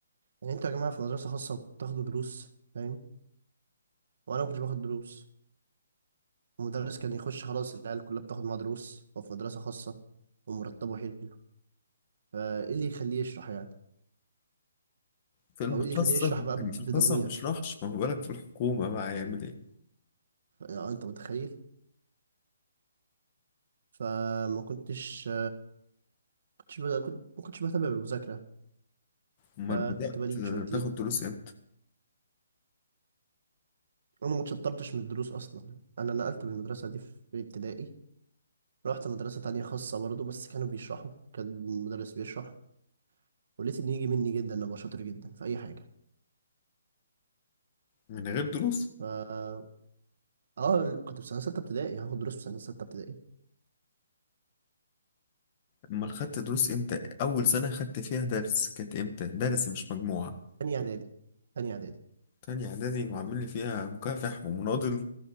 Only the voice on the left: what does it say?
في المخصص
يعني
في الخاصه ما بيشرحش ما بالك في الحكومه بقى هيعمل ايه
امال
بدات
تاخد دروس امتى
من غير دروس
امال خدت دروس امتى اول سنه خدت فيها درس كانت امتى درس مش مجموعه
تانية اعدادي وعامل لي فيها مكافح ومناضل